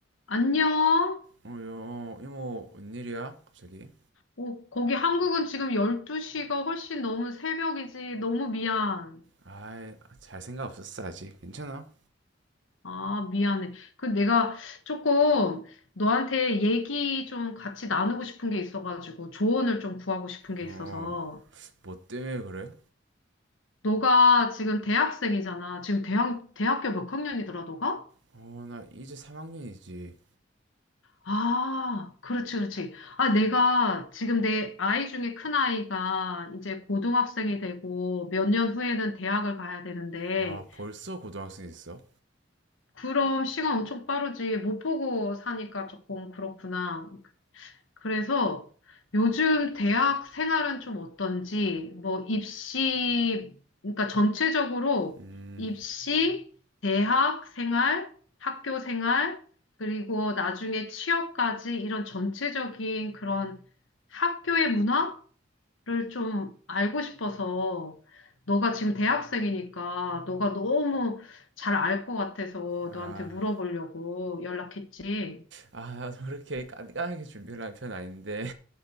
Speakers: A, on the left (about 80°); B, on the right (about 65°).
A: 안녕?
B: 어, 여, 이모, 웬일이야? 갑자기?
A: 오, 거기 한국은 지금 12시가 훨씬 너무 새벽이지. 너무 미안.
B: 아이, 잘 생각 없었어, 아직. 괜찮아?
A: 아, 미안해. 그 내가 조금 너한테 얘기 좀 같이 나누고 싶은 게 있어가지고 조언을 좀 구하고 싶은 게
B: 어,
A: 있어서.
B: 뭐 때문에 그래?
A: 너가 지금 대학생이잖아. 지금 대학, 대학교 몇 학년이더라, 너가?
B: 어, 나 이제 3학년이지.
A: 아, 그렇지, 그렇지. 아, 내가 지금 내 아이 중에 큰 아이가 이제 고등학생이 되고 몇 년 후에는 대학을 가야 되는데
B: 아, 벌써 고등학생이 됐어?
A: 그럼 시간 엄청 빠르지. 못 보고 사니까 조금 그렇구나. 그래서 요즘 대학 생활은 좀 어떤지, 뭐 입시, 그러니까 전체적으로
B: 음,
A: 입시, 대학 생활, 학교 생활, 그리고 나중에 취업까지 이런 전체적인 그런 학교의 문화? 를 좀 알고 싶어서 너가 지금 대학생이니까 너가 너무 잘 알 것 같아서
B: 아,
A: 너한테 물어보려고 연락했지.
B: 아, 나도 그렇게 깐깐하게 준비를 한 편 아닌데.